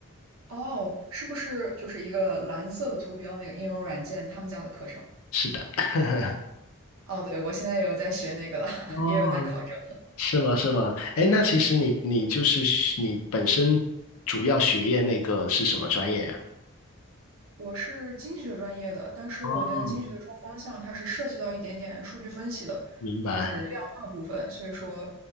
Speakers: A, on the right (about 70°); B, on the left (about 75°).
A: 哦，是不是就是一个蓝色的图标那个应用软件他们家的课程？
B: 是的。<laughs>
A: 哦，对，我现在也有在学那个了，<laughs>
B: 哦，
A: 也有在考证。
B: 是吗？是吗？哎，那其实你你就是学你本身主要学业那个是什么专业呀？
A: 我是经济学专业的，但是我那个经济学的专方向它是涉及到一点点数据分析的，
B: 哦，明白，
A: 就是量化部分，所以说，